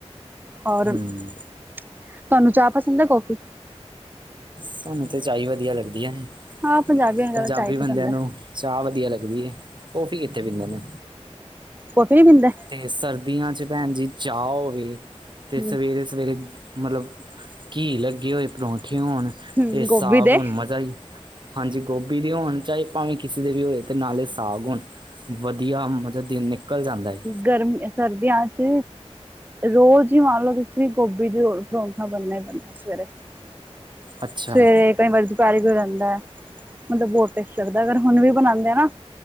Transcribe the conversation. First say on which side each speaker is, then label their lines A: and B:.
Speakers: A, on the right; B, on the right.
A: ਹੋਰ
B: ਹੂੰ
A: <unintelligible> <unintelligible> ਤੁਹਾਨੂੰ ਚਾਹ ਪਸੰਦ ਹੈ ਕਿ ਕੌਫੀ।
B: ਸਾਨੂੰ ਤੇ ਚਾਹ ਹੀ ਵਧੀਆ ਲੱਗਦੀ ਹੈ ਨਈ
A: ਹਾਂ ਪੰਜਾਬੀਆਂ ਨੂੰ
B: ਪੰਜਾਬੀ
A: ਜ਼ਿਆਦਾ ਚਾਹ ਈ
B: ਬੰਦਿਆਂ
A: ਪਸੰਦ ਐ।
B: ਨੂੰ ਚਾਹ ਵਧੀਆ ਲੱਗਦੀ ਹੈ ਕੌਫੀ ਇਥੇ ਪੀਂਦੇ ਨੇ।
A: ਕੋਫੀ ਨੀ ਪੀਂਦੇ
B: ਤੇ ਸਰਦੀਆਂ 'ਚ ਭੈਣ ਜੀ ਚਾਹ ਹੋਵੇ <unintelligible> ਤੇ
A: ਹੂੰ,
B: ਸਵੇਰੇ-ਸਵੇਰੇ ਮਤਲਬ <unintelligible> ਘੀ ਲੱਗੇ ਹੋਏ ਪਰੌਂਠੇ ਹੋਣ <unintelligible> ਅਤੇ
A: ਹੂੰ ਗੋਭੀ
B: ਸਾਗ
A: ਦੇ
B: ਹੋਣ ਮਜ਼ਾ ਹੀ ਹਾਂਜੀ ਗੋਭੀ ਦੇ ਹੋਣ ਚਾਹੇ ਭਾਵੇਂ ਕਿਸੇ ਦੇ ਵੀ ਹੋਏ ਤੇ ਨਾਲੇ ਸਾਗ ਹੋਣ ਵਧੀਆ ਮਤਲਬ ਦਿਨ ਨਿਕਲ ਜਾਂਦਾ ਏ।
A: ਗਰਮੀਆ, ਸਰਦੀਆਂ 'ਚ ਰੋਜ਼ ਹੀ ਮੰਨ ਲਓ ਤੁਸੀਂ ਗੋਭੀ ਦੀ ਪਰੌਂਠਾ ਬਣਨਾ ਹੀ ਬਣਨਾ ਸਵੇਰੇ <unintelligible>
B: ਅੱਛਾ
A: ਸਵੇਰੇ ਕਈ ਵਾਰੀ ਦੁਪਹਿਰੇ ਵੀ ਹੋ ਜਾਂਦਾ <unintelligible> ਮਤਲਬ ਬਹੁਤ ਟੇਸਟੀ ਲੱਗਦਾ ਅਗਰ ਹੁਣ ਵੀ ਬਣਾਂਦੇ ਆ ਨਾ